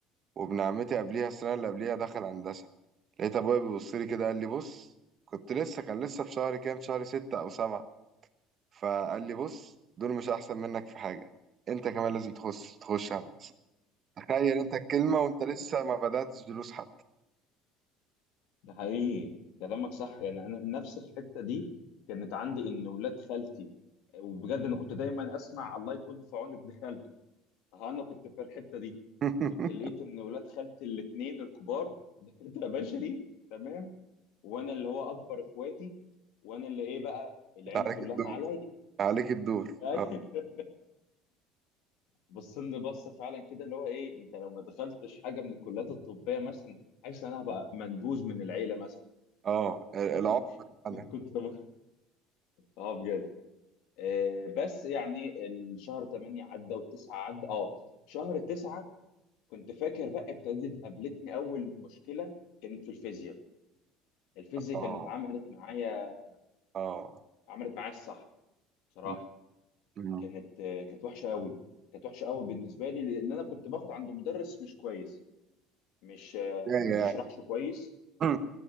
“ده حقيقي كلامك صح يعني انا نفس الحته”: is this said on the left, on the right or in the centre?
Left